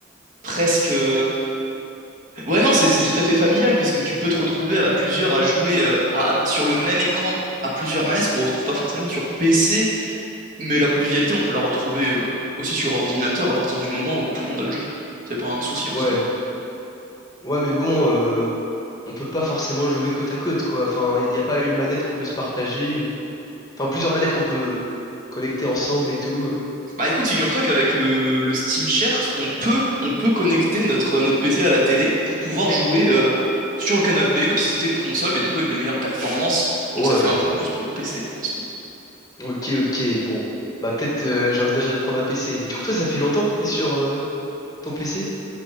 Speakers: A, on the right; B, on the left.
A: presque. euh, Ouais, non, c'est c'est tout à fait familial puisque tu peux te retrouver à plusieurs à jouer euh, à- à- sur le même écran à plusieurs manettes qu'on retrouve pas forcément sur PC, mais la convivialité, on peut la retrouver euh, aussi sur ordinateur à partir du moment où tout le monde a le jeu. C'est pas un souci en
B: Ouais,
A: somme.
B: ouais, mais bon, euh, on peut pas forcément jouer côte à côte, quoi. Enfin, il n'y a pas une manette qu'on peut se partager, ou... enfin plusieurs manettes qu'on peut collecter ensemble et tout. euh.
A: Bah écoute, figure-toi qu'avec le, le Steam Share, on peut, on peut connecter notre, notre PC à la télé pour pouvoir jouer euh, sur le canapé, comme si c'était une console, mais du coup avec des meilleures performances.
B: Ouais,
A: Donc ça fait un point de plus pour le PC, en somme.
B: ok, ok, bon. Bah peut-être euh, j'envisagerais de prendre un PC. Mais du coup, toi, ça fait longtemps que t'es sur euh, ton PC?